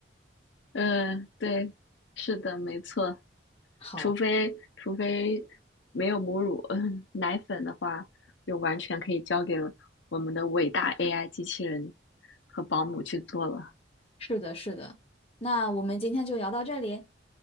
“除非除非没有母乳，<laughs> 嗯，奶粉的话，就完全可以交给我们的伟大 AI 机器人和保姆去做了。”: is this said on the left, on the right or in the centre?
Left